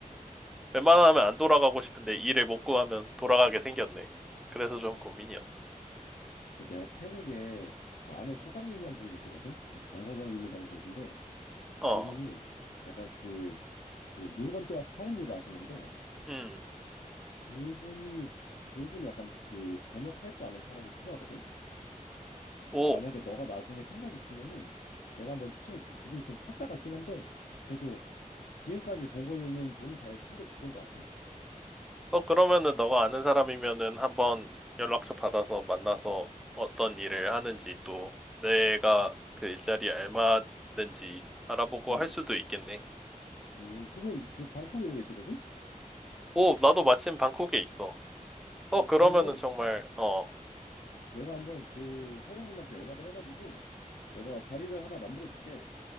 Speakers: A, in the centre; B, on the left.
A: 웬만하면 안 돌아가고 싶은데 일을 못 구하면 돌아가게 생겼네. 그래서 좀 고민이었어.
B: 내가 태국에 그 아는 사장님이 한 분 계시거든. 그 강 사장님이라고 계신데
A: 어,
B: 그분이 약간 그 그 물건 떼어서 파는 일을 하시는데
A: 음.
B: 그분이 그분이 약간 그 번역할 줄 아는 사람이 필요하거든.
A: 오,
B: 만약에 너가 나중에 생각 이 있으면은 내가 한번 추천해 줄게. 그분이 좀 사짜 같긴 한데 그래도 지금까지 본 걸로는 돈은 잘 챙겨줬던 것 같아.
A: 어, 그러면은 너가 아는 사람이면은
B: 음,
A: 한번 연락처 받아서 만나서 어떤 일을 하는지 또 내가 그 일자리에 알맞는지 알아보고
B: 음,
A: 할 수도 있겠네.
B: 음, 그분 그 방콕에 계시거든.
A: 오, 나도 마침 방콕에 있어. 어,
B: 아
A: 그러면은
B: 그러면은
A: 정말, 어,
B: 내가 한번 그 사장님한테 연락을 해가지고 내가 자리를 하나 만들어 줄게.